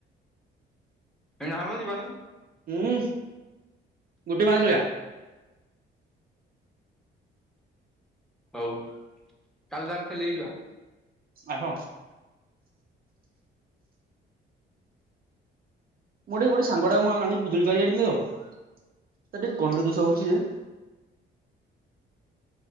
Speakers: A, in the centre; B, on the right.
A: ଏନାମ ଯିବାନି।
B: ହୁଁ ଗୋଟେ ମା ଶୋଇଆ।
A: ହଉ କାଲି ତାଲ ଖେଲି ଯିବା।
B: ଆସ। ମୁଁ ଗୋଟେ ଗୋଡେ଼ ସାଙ୍ଗଟାକୁ ମୁଁ ଆଣି ପିଜୁଳି ପାରି ଆଇଚି ତିଓ। ତା ଟିକେ! !!!!!!!!! ଦୋଷ ହଉଛି।